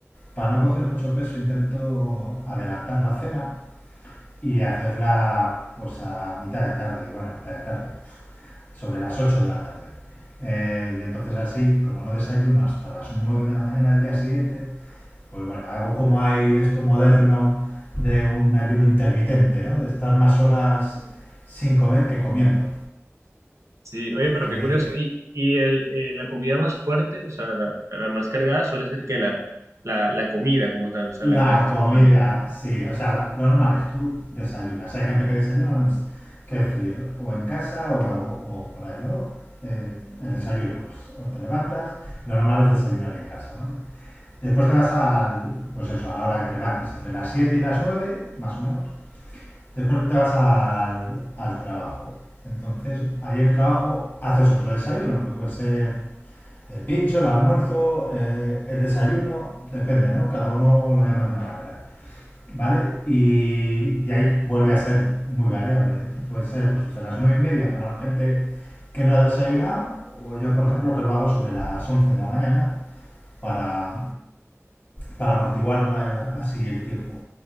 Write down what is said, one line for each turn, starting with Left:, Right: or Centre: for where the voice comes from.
Left: Para no coger mucho peso intento adelantar la cena y hacerla pues a mitad de tarde, bueno, mitad de tarde, sobre las 8 de la tarde. Eh, y entonces así, como no desayuno hasta las 9 de la mañana del día siguiente, pues bueno, hago como hay de esto moderno de un ayuno intermitente, ¿no? De estar más horas sin comer que comiendo.
Right: Sí, oye, pero
Left: Que
Right: qué curioso. ¿Y, y el, eh, la comida más fuerte, o sea, la, la más cargada, suele ser que la, la, la comida como tal, o sea,
Left: La
Right: la, la que es
Left: comida,
Right: como la...
Left: sí. O sea, lo normal es tú desayunas. Hay gente que desayuna, no es, que decir, o en casa o, o- o por ahí, ¿no? Eh, el desayuno, pues o te levantas, lo normal es desayunar en casa, ¿vale? Después te vas al, pues eso, a la hora que te levantes, entre las 7 y las 9 más o menos. Después te vas al, al trabajo. Entonces, ahí en el trabajo haces otro desayuno, que puede ser el pincho, el almuerzo, eh, el desayuno, depende, ¿no? Cada uno lo llama de una manera. ¿Vale? Y, y ahí vuelve a ser muy variable. ¿eh? Puede ser pues, desde las 9 y media para la gente que no ha desayunado, o yo, por ejemplo, que lo hago sobre las 11 de la mañana para, para amortiguar la- así el tiempo.